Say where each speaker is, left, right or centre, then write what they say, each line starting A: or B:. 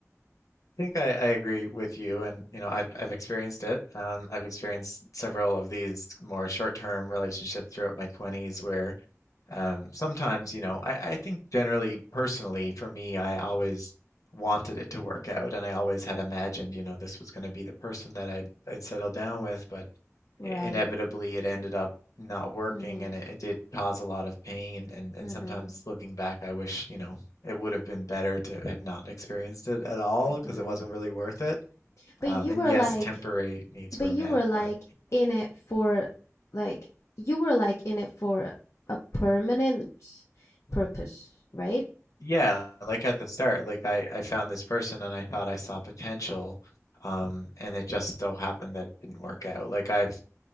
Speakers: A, on the left; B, on the left.
A: think I, I agree with you, and you know, I've I've experienced it. Um, I've experienced several of these more short-term relationships throughout my 20s where um, sometimes, you know, I, I think generally, personally, for me, I always wanted it to work out, and I always had imagined, you know, this was going to be the person that I'd I'd settle down with, but
B: right?
A: inevitably it ended up not working
B: Mm-hmm.
A: and it, it did cause a lot of pain and and
B: Mm-hmm.
A: sometimes looking back I wish you know it would have been better to have not experienced it at all
B: Mm-hmm.
A: because it wasn't really worth it
B: But
A: um,
B: you
A: and
B: were
A: yes
B: like,
A: temporary needs
B: but
A: were
B: you
A: met
B: were like
A: but
B: in it for like you were like in it for a permanent purpose, right?
A: yeah like at the start like I I found this person and I thought I saw potential um and it just so happened that it didn't work out like I've